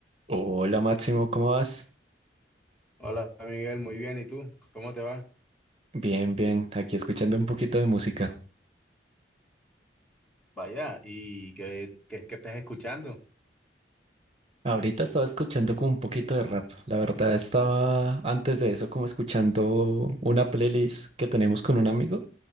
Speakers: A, on the right (about 35°); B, in the centre.
A: Hola Máximo, ¿cómo vas?
B: Hola Miguel, muy bien. ¿Y tú? ¿Cómo te va?
A: Bien, bien, aquí escuchando un poquito de música.
B: Vaya, ¿y qué, qué, qué estás escuchando?
A: Ahorita estaba escuchando como un poquito de rap. La verdad estaba antes de eso como escuchando una playlist que tenemos con un amigo,